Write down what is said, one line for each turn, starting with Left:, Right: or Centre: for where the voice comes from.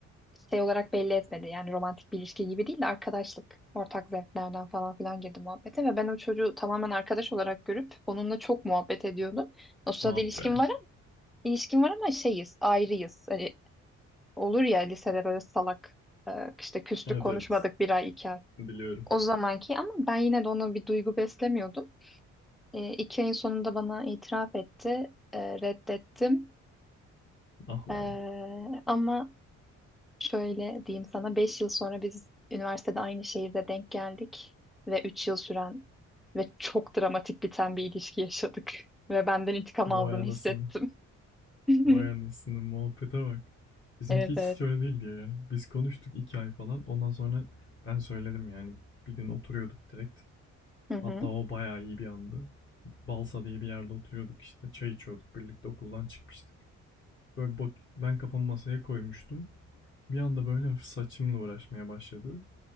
Centre: şey olarak belli etmedi. Yani romantik bir ilişki gibi değil de arkadaşlık, ortak zevklerden falan filan girdi muhabbete ve ben o çocuğu tamamen arkadaş olarak görüp onunla çok muhabbet ediyordum. O sırada
Left: Ah
Centre: ilişkim
Left: be.
Centre: var ama, ilişkim var ama şeyiz, ayrıyız. Hani olur ya lisede böyle salak e, işte küstük
Left: Evet
Centre: konuşmadık
Left: evet.
Centre: bir ay iki ay.
Left: Biliyorum.
Centre: O zamanki ama ben yine de ona bir duygu beslemiyordum. E, iki ayın sonunda bana itiraf etti. E, reddettim.
Left: Ah lan.
Centre: E, ama Şöyle diyeyim sana 5 yıl sonra biz üniversitede aynı şehirde denk geldik ve 3 yıl süren ve çok dramatik biten bir ilişki yaşadık <laughs> ve benden intikam
Left: Vay
Centre: aldığını
Left: anasını.
Centre: hissettim. <laughs>
Left: Vay anasını muhabbete bak. Bizimki
Centre: Evet
Left: hiç
Centre: evet.
Left: öyle değildi ya. Biz konuştuk iki ay falan. Ondan sonra ben söyledim yani. Bir gün oturuyorduk direkt.
Centre: Hı hı.
Left: Hatta o bayağı iyi bir andı. Balsa diye bir yerde oturuyorduk işte. Çay içiyorduk birlikte okuldan çıkmıştık. Böyle bak ben kafamı masaya koymuştum. Bir anda böyle hafif saçımla uğraşmaya başladı.